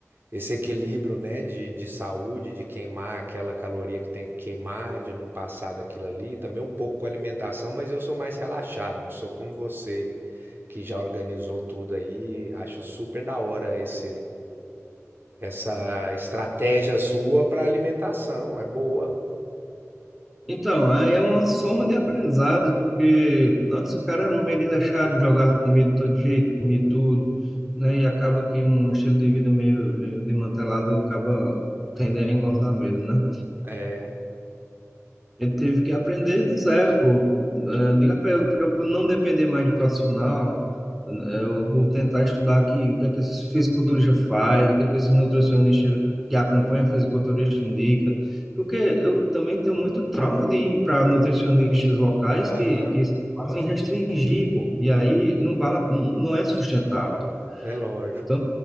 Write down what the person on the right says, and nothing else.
esse equilíbrio, né, de, de saúde, de queimar aquela caloria que tem que queimar, de não passar daquilo ali. Também um pouco com alimentação, mas eu sou mais relaxado, não sou como você que já organizou tudo aí. Acho super da hora esse essa estratégia sua para alimentação. É boa.
É.
Aham.
É lógico.